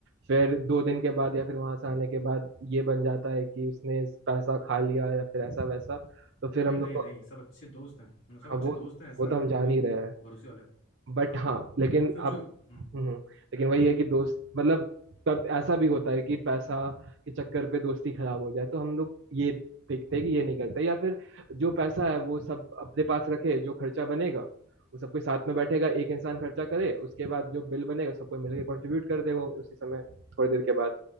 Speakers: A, on the right; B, on the left.
A: फिर दो दिन के बाद या फिर वहां से आने के बाद ये बन जाता है कि उसने पैसा खा लिया या फिर ऐसा वैसा तो फिर
B: अरे
A: हम
B: नहीं
A: लोग को
B: नहीं सब अच्छे दोस्त हैं हम सब
A: हाँ
B: अच्छे
A: वो
B: दोस्त हैं ऐसा
A: वो तो हम जान
B: कोई
A: ही रहे हैं
B: भरोसे वाले
A: बट
B: हाँ
A: हाँ
B: हाँ
A: लेकिन
B: और फिर
A: अब
B: जो हम्म
A: हम्म, लेकिन वही है कि दोस्त मतलब कब ऐसा भी होता है कि पैसा के चक्कर पे दोस्ती खराब हो जाए तो हम लोग ये देखते हैं कि ये नहीं करते या फिर जो पैसा है वो सब अपने पास रखे जो खर्चा बनेगा वो सबके साथ में बैठेगा एक इंसान खर्चा करे उसके बाद जो बिल बनेगा सबको मिलकर कंट्रीब्यूट कर देगा उसी समय थोड़ी देर के बाद